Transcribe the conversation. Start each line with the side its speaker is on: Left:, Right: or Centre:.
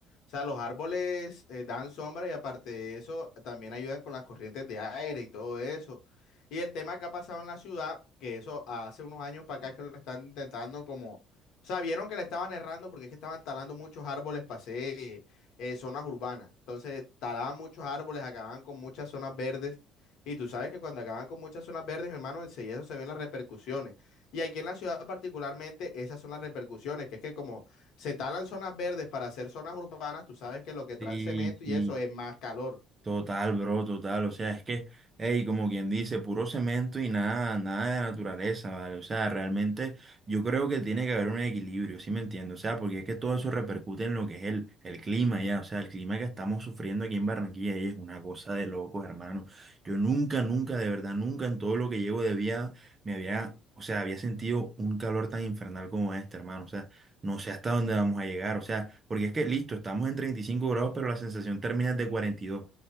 Left: O sea, los árboles eh, dan sombra y aparte de eso, también ayudan con las corrientes de aire y todo eso. Y el tema que ha pasado en la ciudad, que eso hace unos años para acá que lo están intentando como, o sea, vieron que le estaban errando porque es que estaban talando muchos árboles para hacer eh, eh, zonas urbanas. Entonces, talaban muchos árboles, acababan con muchas zonas verdes. Y tú sabes que cuando acaban con muchas zonas verdes, mi hermano, enseguida eso se ven las repercusiones. Y aquí en la ciudad particularmente, esas son las repercusiones, que es que como se talan zonas verdes para hacer zonas urbanas, tú sabes que lo que
Right: Sí,
Left: trae el cemento
Right: sí.
Left: y eso es más calor.
Right: Total, bro, total. O sea, es que, hey, como quien dice, puro cemento y nada, nada de naturaleza, ¿vale? O sea, realmente yo creo que tiene que haber un equilibrio, ¿sí me entiendes? O sea, porque es que todo eso repercute en lo que es el, el clima ya. O sea, el clima que estamos sufriendo aquí en Barranquilla ey, es una cosa de locos, hermano. Yo nunca, nunca, de verdad, nunca en todo lo que llevo de vida me había, o sea, había sentido un calor tan infernal como este, hermano. O sea, no sé hasta dónde vamos a llegar. O sea, porque es que, listo, estamos en 35 grados, pero la sensación térmica es de cuarenta y dos